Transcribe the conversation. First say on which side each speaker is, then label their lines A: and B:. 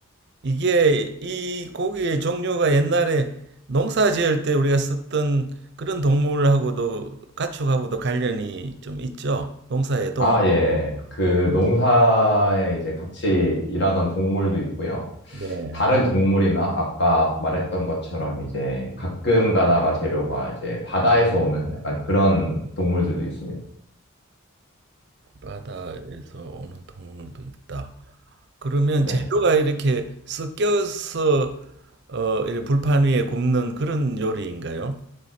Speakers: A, on the right; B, on the left.
A: 이게 이 고기의 종류가 옛날에 농사 지을 때 우리가 썼던 그런 동물하고도 가축하고도 관련이 좀 있죠. 농사에 도움이.
B: 아, 예. 그 농사에 이제 같이 일하던 동물도 있고요.
A: 네.
B: 다른 동물이나 아까 말했던 것처럼 이제 가끔 가다가 재료가 이제 바다에서 오는 약간 그런 동물들도 있습니다.
A: 바다에서 오는 동물도 있다. 그러면
B: 네.
A: 재료가 이렇게 섞여서 어, 이렇게 불판 위에 굽는 그런 요리인가요?